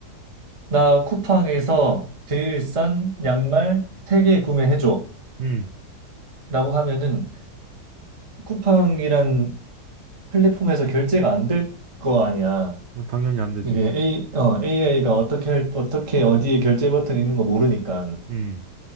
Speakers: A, on the right; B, on the right.
A: 나 쿠팡에서 제일 싼 양말 3개 구매해줘.
B: 음,
A: 라고 하면은 쿠팡이란 플랫폼에서 결제가 안 될 거 아니야.
B: 뭐 당연히 안 되지.
A: 이게 A, 어, AI가 어떻게 할, 어떻게 어디에 결제 버튼 있는 거 모르니까.
B: 음,